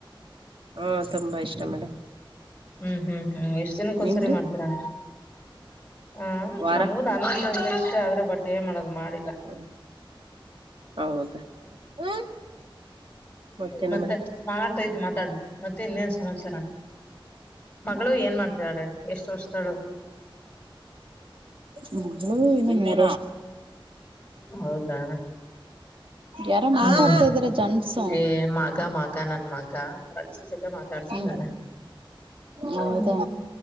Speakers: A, on the right; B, on the left.
A: ಹಾ ತುಂಬಾ ಇಷ್ಟ ಮೇಡಮ್
B: ಹ್ಮ್ ಹ್ಮ್ ಹ್ಮ್ ಎಷ್ಟ ದಿನಕ್ಕ ಒಂದ್ಸರಿ
A: ನಿಮ್ದು
B: ಮಾಡ್ತೀರಾ. ಹ್ಮ್
A: ವಾರ
B: ನಮ್ಗೂ ನಾನ್ ವೆಜ್ ಅಂದ್ರೆ ಇಷ್ಟ ಆದ್ರೆ ಬಟ್ ಏನ್ ಮಾಡೋದು- ಮಾಡಿಲ್ಲ
A: ಹ್ಮ್ ಹೌದ ಹ್ಮ್. ಮತ್ತೇನ
B: ಮತ್ತೆ
A: ಮೇಡಮ್
B: ಮಾಡತೈತ್ ಮಾತಾಡ ಮತ್ತೆ ಇನ್ನೇನ್ ಸಮಾಚಾರ. ಮಗಳು ಏನ್ ಮಾಡ್ತಿದಾರೆ ಎಷ್ಟು ವರ್ಷದವಳು.
A: ಮೊದಲು ಇನ್ನೊಮ್ಮೆ -
B: ಹೌದಾ.
A: ಯಾರೋ
B: ಹ್ಮ್
A: ಮಾತಾಡ್ತಾ ಇದಾರೆ ಜನ್ಸು
B: ಏ ಮಗ ಮಗ ನನ್ ಮಗ. <inaudible> ಮಾತಾಡಿಸಿದ್ದಾನೆ.
A: ಹ್ಮ್ ಹೌದಾ
B: ಹ್ಮ್